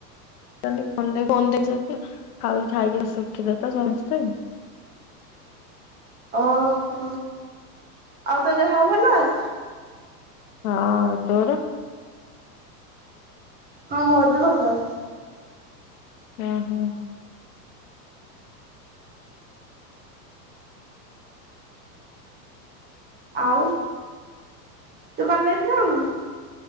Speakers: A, on the left; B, on the right.
A: <unintelligible> ଖାଉ ଖାଇକି ଉଠିଲେ ତ ସମସ୍ତେ।
B: ଓହୋ ଆଉ ତୋ ଦେହ ଭଲ ଅଛି?
A: ହଁ ତୋର?
B: ହଁ ମୋର ବି ଭଲ ଅଛି।
A: ହୁଁ ହୁଁ।
B: ଆଉ ତୁ କଲେଜ୍ ଯାଉନୁ?